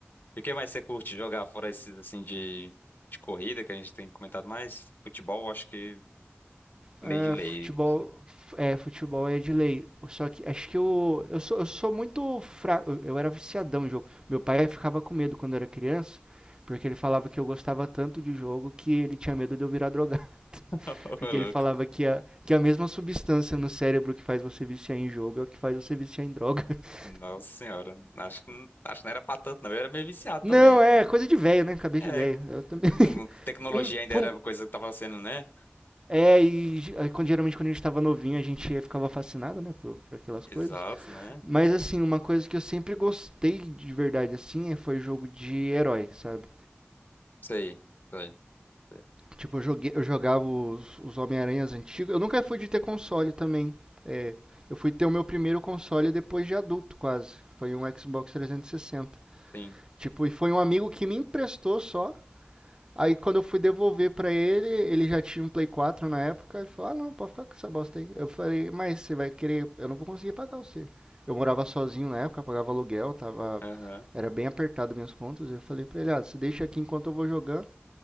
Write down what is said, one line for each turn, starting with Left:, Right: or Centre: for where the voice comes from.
Left: E o que mais você curte jogar fora esses assim de, de corrida que a gente tem comentado mais? Futebol, eu acho que meio
Right: É,
Left: de lei.
Right: futebol, é, futebol é de lei. Só que acho que eu, eu sou, eu sou muito fraco. Eu, eu era viciadão em jogo. Meu pai ficava com medo quando eu era criança, porque ele falava que eu gostava tanto de jogo que ele tinha medo de eu virar drogado. <laughs>
Left: <laughs>
Right: Porque
Left: Ô, louco.
Right: ele falava que a, que a mesma substância no cérebro que faz você viciar em jogo é o que faz você viciar em droga. <laughs>
Left: Nossa senhora. Acho que, não- acho que não era pra tanto, não. Eu era meio viciado
Right: Não,
Left: também.
Right: é coisa de velho, né? Cabeça
Left: É,
Right: de velho. Eu também. <laughs>
Left: não- tecnologia
Right: Um,
Left: ainda
Right: por
Left: era
Right: um,
Left: coisa que tava sendo, né?
Right: é, e ge- aí, quando, geralmente quando a gente tava novinho, a gente eh, ficava fascinado, né, por, por aquelas
Left: Exato,
Right: coisas.
Left: né?
Right: Mas assim, uma coisa que eu sempre gostei de verdade assim é- foi jogo de herói, sabe?
Left: Sei, sei, sei.
Right: Tipo, eu joguei, eu jogava os, os Homem-Aranhas antigos. Eu nunca fui de ter console também. É, eu fui ter o meu primeiro console depois de adulto, quase. Foi um Xbox 360.
Left: Sim.
Right: Tipo, e foi um amigo que me emprestou só. Aí quando eu fui devolver pra ele, ele já tinha um Play 4 na época, ele falou, ah não, pode ficar com essa bosta aí. Eu falei, mas você vai querer, eu não vou conseguir pagar você. Eu morava sozinho na época, pagava aluguel, tava.
Left: Aham.
Right: Era bem apertado minhas contas. Eu falei pra ele, ah, você deixa aqui enquanto eu vou jogando.